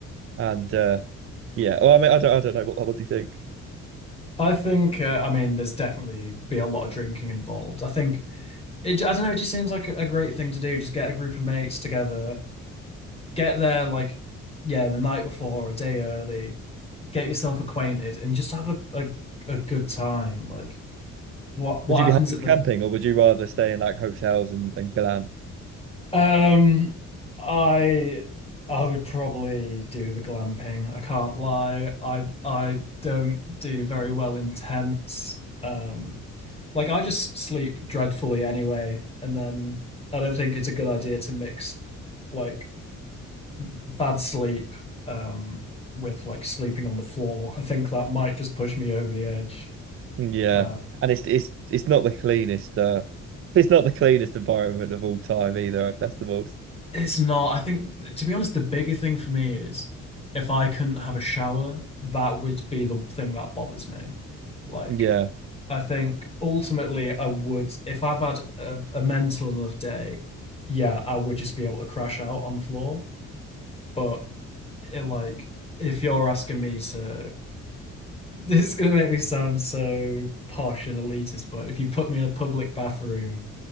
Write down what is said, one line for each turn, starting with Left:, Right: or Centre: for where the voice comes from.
Right: and uh, yeah, well, I mean, I don't I don't know what what do you think?
Left: I think, uh, I mean, there's definitely be a lot of drinking involved. I think it, I don't know, it just seems like a a great thing to do. Just get a group of mates together, Get there like yeah, the night before, or a day early. Get yourself acquainted and just have a a, a good time. Like what what
Right: Would you
Left: happens
Right: be happy with
Left: at the
Right: camping or would you rather stay in like hotels and and glamp?
Left: um I I would probably do the glamping. I can't lie. I I don't do very well in tents. Um like I just sleep dreadfully anyway, and then I don't think it's a good idea to mix like bad sleep um, with like sleeping on the floor. I think that might just push me over the edge.
Right: Yeah,
Left: Uh,
Right: and it's it's it's not the cleanest. Uh, it's not the cleanest environment of all time either at festivals.
Left: it's not. I think, to be honest, the bigger thing for me is if I couldn't have a shower, that would be the thing that bothers me. Like,
Right: Yeah,
Left: I think ultimately, I would, if I've had a, a mental enough day, yeah, I would just be able to crash out on the floor. But it, like, if you're asking me to This is going to make me sound so posh and elitist, but if you put me in a public bathroom